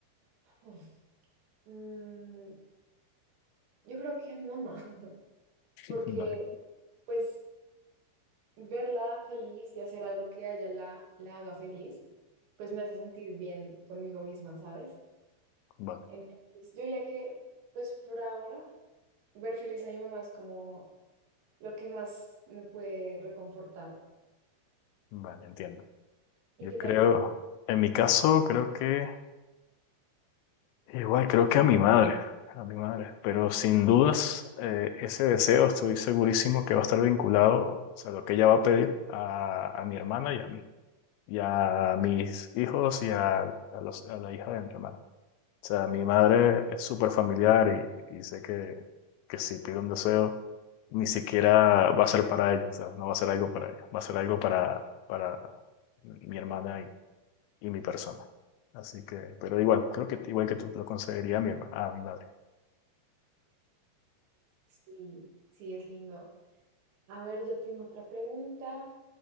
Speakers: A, on the right; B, on the left.
A: uf, mm, yo creo que a mi mamá <laughs>
B: <laughs>
A: porque
B: Vale,
A: pues verla feliz y hacer algo que a ella la, la haga feliz, pues me hace sentir bien conmigo misma, ¿sabes?
B: vale,
A: Entonces, yo diría que, pues por ahora, ver feliz a mi mamá es como lo que más me puede reconfortar.
B: vale, entiendo.
A: ¿Y
B: Yo
A: qué
B: creo,
A: tal tú?
B: en mi caso, creo que Igual creo que a mi madre, a mi madre, pero sin dudas eh, ese deseo estoy segurísimo que va a estar vinculado, o sea, lo que ella va a pedir a, a mi hermana y a mí, y a mis hijos y a, a los- a la hija de mi hermana. O sea, mi madre es súper familiar y, y sé que, que si pide un deseo, ni siquiera va a ser para ella, o sea, no va a ser algo para ella, va a ser algo para, para mi hermana y, y mi persona. Así que, pero igual, creo que igual que tú lo conseguiría a mi herma- a mi madre.
A: Sí, sí, es lindo. A ver, yo tengo otra pregunta.